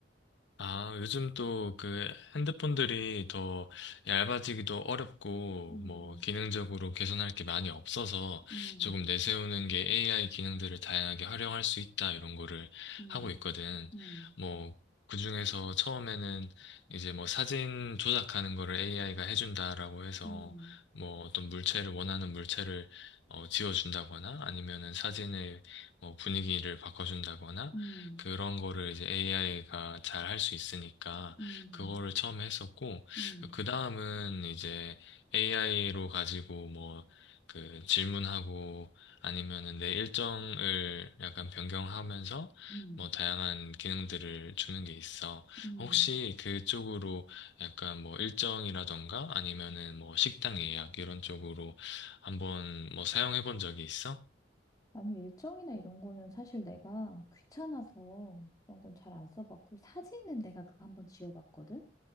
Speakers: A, on the left; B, on the left.
A: 아, 요즘 또 그 핸드폰들이 더 얇아지기도 어렵고,
B: 음,
A: 뭐, 기능적으로 개선할 게 많이 없어서
B: 음,
A: 조금 내세우는 게 AI 기능들을 다양하게 활용할 수 있다, 이런 거를
B: 음,
A: 하고 있거든.
B: 음,
A: 뭐, 그중에서 처음에는 이제 뭐 사진 조작하는 거를 AI가 해준다라고 해서
B: 음,
A: 뭐 어떤 물체를, 원하는 물체를 어, 지워준다거나 아니면은 사진의 뭐 분위기를 바꿔준다거나
B: 음,
A: 그런 거를 이제 AI가 잘 할 수 있으니까
B: 음,
A: 그거를 처음 했었고
B: 음,
A: 그 다음은 이제 AI로 가지고 뭐 그 질문하고 아니면은 내 일정을 약간 변경하면서
B: 음,
A: 뭐 다양한 기능들을 주는 게 있어.
B: 음.
A: 혹시 그쪽으로 약간 뭐 일정이라던가 아니면은 뭐 식당 예약 이런 쪽으로 한번 뭐 사용해 본 적이 있어?
B: 아니, 일정이나 이런 거는 사실 내가 귀찮아서 그런 건 잘 안 써봤고, 사진은 내가 그거 한번 지워봤거든?